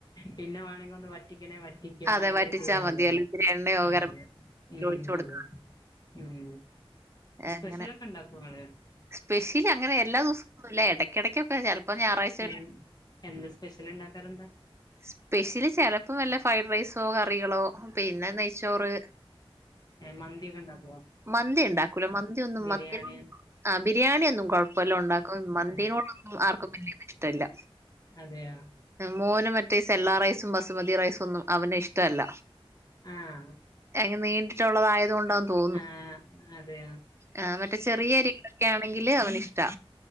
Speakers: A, on the left; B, on the right.
A: പിന്നെ വേണെങ്കിൽ ഒന്ന് ഇങ്ങനെ വറ്റിക്ക
B: അതെ
A: അങ്ങനെയൊക്കെ
B: വറ്റിച്ചാ
A: ചെയ്താതന്നെ
B: മതി. അല്ലെ ഇത്തിരി എണ്ണയോ
A: ആ
B: ഗരം മസാലയോ
A: ഉ
B: ഒഴിച്ച് കൊടുത്താ
A: അതെെ ഉം
B: അങ്ങനെ
A: സ്പെഷ്യലൊക്കെ ഇണ്ടാക്കോ ഇങ്ങള്
B: സ്പെഷ്യൽ അങ്ങനെ എല്ലാ ദിവസുംല്ല ഇടക്കിടക്കൊക്കെ ചപ്പോ ഇപ്പ ഞായറാഴ്ച
A: എൻ എന്ത് സ്പെഷ്യൽ ഇണ്ടാക്കാറ്ണ്ട്
B: സ്പെഷ്യലി ചില ഇപ്പം വല്ല ഫ്രൈഡ് റൈസോ കറികളോ പിന്നെ നെയ്ച്ചോറ്
A: ഏഹ് മന്തിയൊക്കെ ഇണ്ടാക്കോ
B: മന്തി ഉണ്ടാക്കൂലോ മന്തി ഒന്നും
A: ബിരിയാണി
B: മ ആ ബിരിയാണിയ ഒന്നും കുഴപ്പമല്ല ഉണ്ടാക്ക മന്തിനോടൊന്നും
A: ഏഹ്
B: ആർക്കും വലിയ ഇഷ്ടല്ല
A: അതെയോ
B: മോന് മറ്റേ സെല്ലാ റൈസും ബസുമതി റൈസും ഒന്നും അവന് ഇഷ്ടമല്ല
A: ആഹ്
B: അങ്ങനെ നീണ്ടിട്ടുള്ളതായത്ുക കൊണ്ടെന്ന് തോന്ന
A: ആഹ് അതെയോ
B: ആ മറ്റേ ചെറിയ അരികളൊക്കെ ആണെങ്കില് അവന് ഇഷ്ടാ